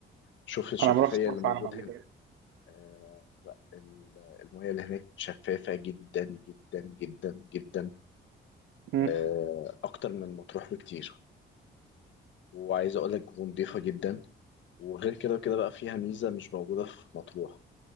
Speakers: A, on the left; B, on the right.
A: شوف الشفافية
B: أنا ما رحتش مرسى
A: اللي موجودة
B: علم قبل
A: هنا
B: كده
A: آه، لا ال- المية اللي هناك شفافة جدا جدا جدا جدا
B: مم.
A: آه، اكتر من مطروح بكتير وعايز اقول لك نضيفة جدا وغير كده وكده بقى فيها ميزة مش موجودة في مطروح